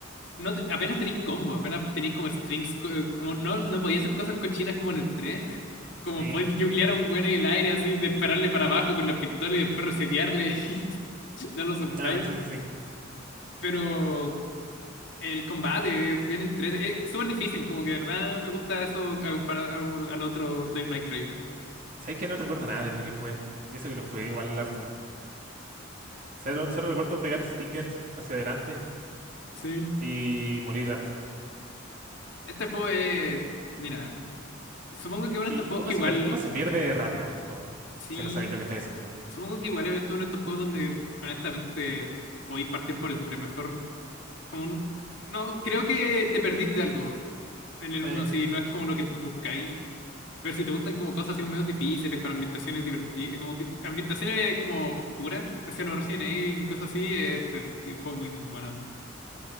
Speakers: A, on the left; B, on the right.
A: no te- apenas tenéis combo, apenas tenéis como strings, co- eh, como no, no podía hacer cosas cochinas como en el 3, como
B: Sí.
A: podéis juglear a un güey en el aire así, dispararle para abajo con la pistola y después resetearle <laughs> y no lo soltáis,
B: Ah, sí, sí, sí.
A: pero el combate es bien entre, es súper difícil, como que de verdad me gusta eso a comparado al otro Devil May Cry.
B: Sabes que no recuerdo nada de lo que jugué. Y eso que lo jugué igual harto. Solo, solo recuerdo pegar stingers hacia adelante
A: Sí,
B: y morir harto.
A: este juego es, mira, supongo que uno de
B: Y
A: estos juegos
B: uno
A: que
B: se,
A: igual,
B: per- uno se pierde rápido en este juego,
A: sí.
B: si no sabéis lo que estáis haciendo.
A: Supongo que igual eres uno de estos juegos donde honestamente podéis partir por el 3 mejor. Como un- no, creo que te perdís de algo en el
B: Eh,
A: uno si no es como lo que buscáis. Pero si te gustan como cosas así como medio difíciles, con ambientaciones divertidas, como di- ambientaciones como oscuras, hacia los Resident Evil y cosas así, este juego muy bueno.